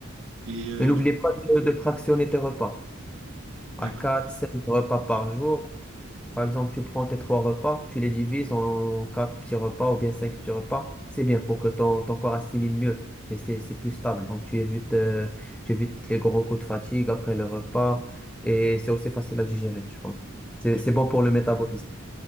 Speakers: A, on the right (about 65°); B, in the centre.
A: et euh,
B: Et n'oublie
A: du
B: pas de, de fractionner tes repas.
A: d'accord,
B: À 4 5 repas par jour. Par exemple, tu prends tes trois repas, tu les divises en quatre petits repas ou bien cinq petits repas. C'est bien pour que ton, ton corps assimile mieux. Et c'est, c'est plus stable. Donc, tu évites, euh, tu évites les gros coups de fatigue après le repas. Et c'est aussi facile à digérer, tu vois. C'est,
A: d'accord.
B: c'est bon pour le métabolisme.